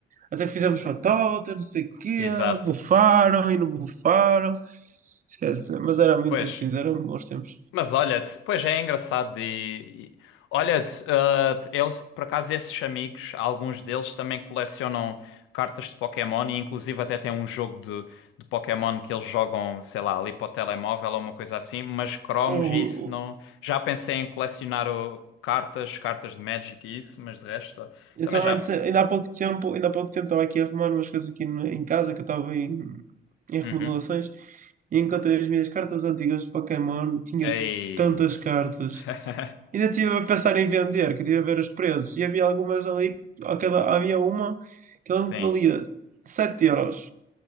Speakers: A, on the right; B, on the left.
A: até que fizemos batota, não sei o quê,
B: exato.
A: bufaram e não bufaram. Esquece, mas era muito
B: Pois,
A: divertido, eram bons tempos.
B: mas olha-te, pois é engraçado e, e- olha-te, ah, eles, por acaso esses amigos, alguns deles também colecionam cartas de Pokémon e inclusive até tem um jogo de, de Pokémon que eles jogam, sei lá, ali para o telemóvel ou uma coisa assim, mas cromos
A: O,
B: e isso não, já pensei em colecionar o cartas, cartas de Magic e isso, mas de resto,
A: Eu
B: também
A: também,
B: já,
A: disse- ainda há pouco tempo, ainda há pouco tempo estava aqui a arrumar umas coisas aqui no- em casa, que eu estava em, em remodelações,
B: uhum,
A: e encontrei as minhas cartas antigas de Pokémon, tinha
B: ei,
A: tantas cartas.
B: <laughs>
A: Ainda estive a pensar em vender, queria ver os preços, e havia algumas ali, que- aquela, havia uma que ela
B: sim.
A: me valia 7 euros.